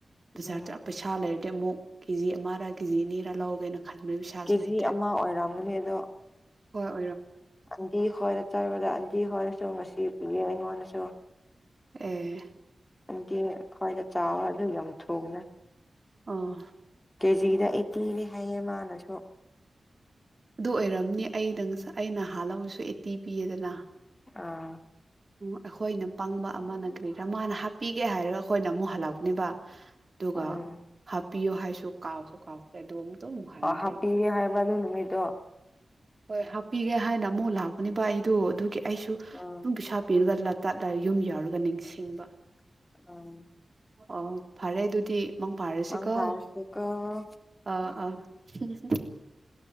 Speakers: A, on the right; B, on the left.
A: ꯕꯖꯥꯔ
B: ꯎꯝ
A: ꯄꯩꯁꯥ ꯂꯩ ꯑꯃꯨꯛ ꯀꯦ ꯖꯤ ꯑꯃꯔꯥ ꯀꯦꯖꯤ ꯑꯅꯤꯔꯥ ꯂꯧꯒꯦꯅ ꯈꯟꯕ ꯄꯩꯁꯥꯁꯨ
B: ꯀꯦꯖꯤ
A: ꯂꯩꯇ꯭ꯔꯦ
B: ꯑꯃ ꯑꯣꯏꯔꯝꯒꯅꯤ ꯑꯗꯣ
A: <unintelligible>
B: ꯑꯟꯗꯤ ꯍꯣꯏ ꯑꯟꯗꯤ ꯍꯣꯏ ꯉꯁꯤ ꯄꯤꯌꯦ ꯑꯩꯉꯣꯟꯗꯁꯨ
A: ꯑꯦ
B: ꯑꯗꯨꯟꯗꯤ ꯈ꯭ꯋꯥꯏꯗ ꯆꯥꯕ ꯑꯗꯨ ꯌꯥꯝ ꯊꯣꯡꯅ
A: <unintelligible>
B: ꯀꯦꯖꯤꯗ ꯑꯩꯠꯇꯤꯅꯦ ꯍꯥꯏꯌꯦ ꯃꯥꯅꯁꯨ
A: ꯑꯗꯨ ꯑꯣꯏꯔꯝꯅꯤ ꯑꯩ ꯅꯪ ꯑꯩꯅ ꯍꯥꯜꯂꯝꯕꯁꯨ ꯑꯩꯠꯇꯤ ꯄꯤꯌꯦꯗꯅ
B: ꯑꯥ
A: ꯎ ꯑꯩꯈꯣꯏꯅ ꯄꯪꯕ ꯑꯃꯅ ꯀꯔꯤꯔ ꯃꯥꯅ ꯍꯥꯞꯄꯤꯒꯦ ꯍꯥꯏꯔꯒ ꯑꯩꯈꯣꯏꯅ ꯑꯃꯨꯛ ꯍꯜꯂꯛꯄꯅꯦꯕ ꯑꯗꯨꯒ
B: ꯎꯝ
A: ꯍꯥꯞ ꯄꯤꯌꯣ ꯍꯥꯏꯁꯨ ꯀꯥꯎꯁꯨ ꯀꯥꯎꯁꯦ ꯑꯗꯨꯝ ꯍꯟꯈ꯭ꯔꯦ
B: ꯄꯥ ꯍꯥꯞꯄꯤꯒꯦ ꯍꯥꯏꯕꯔ ꯑꯗꯨ ꯅꯨꯃꯤꯠꯇꯨ
A: ꯍꯣꯏ ꯍꯥꯞꯄꯤꯒꯦ ꯍꯥꯏꯅ ꯑꯃꯨꯛ ꯂꯥꯛꯄꯅꯦꯕ ꯑꯩꯗ‌ꯣ ꯑꯗꯨꯒꯤ ꯑꯩꯁꯨꯨ
B: ꯑꯥ
A: ꯗꯨꯝ ꯚꯤꯁꯥ ꯄꯤꯔꯒ ꯂꯇꯥꯠ ꯌꯨꯝ ꯌꯥꯎꯔꯒ ꯅꯤꯡꯁꯤꯡꯕ
B: <unintelligible>
A: ꯑꯣ ꯐꯔꯦ ꯑꯗꯨꯗꯤ ꯃꯪ ꯐꯥꯔꯁꯤꯀꯣ
B: ꯑꯪ ꯐꯥꯔꯁꯤ ꯀꫭ
A: ꯑꯥ <unintelligible>